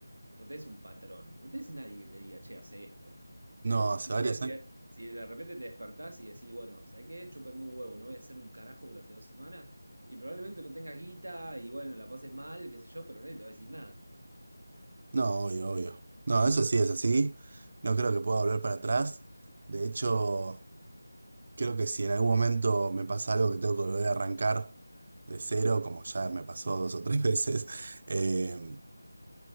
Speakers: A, on the right; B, on the right.
A: No tenés un patrón, no tenés nadie que te diga, che, hace esto.
B: No,
A: Vos
B: hace
A: imaginás
B: varios
A: si
B: años.
A: de si de repente te despertás y decís, bueno, ¿sabés qué? Chúpenme un huevo, no voy a hacer un carajo durante dos semanas. Y probablemente no tengas guita y bueno, la pases mal, qué sé yo, pero nadie te va a decir nada.
B: No, obvio, obvio. No, eso sí es así. No creo que pueda volver para atrás. De hecho. Creo que si en algún momento me pasa algo que tengo que volver a arrancar de cero, como ya me pasó dos o tres <laughs> veces, eh,